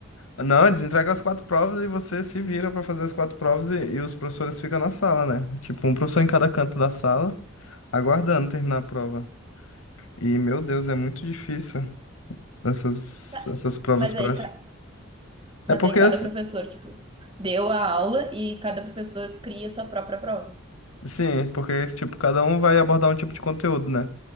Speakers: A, on the left; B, on the right.
A: Não, eles entregam as quatro provas e você se vira pra fazer as quatro provas e, e os professores ficam na sala, né? Tipo, um professor em cada canto da sala, aguardando terminar a prova. E, meu Deus, é muito difícil essas,
B: Tá.
A: essas provas
B: Mas
A: práticas.
B: aí, ca- mas
A: É porque,
B: aí cada
A: assim,
B: professor, tipo, deu a aula e cada professor cria a sua própria prova.
A: sim, porque, tipo, cada um vai abordar um tipo de conteúdo, né?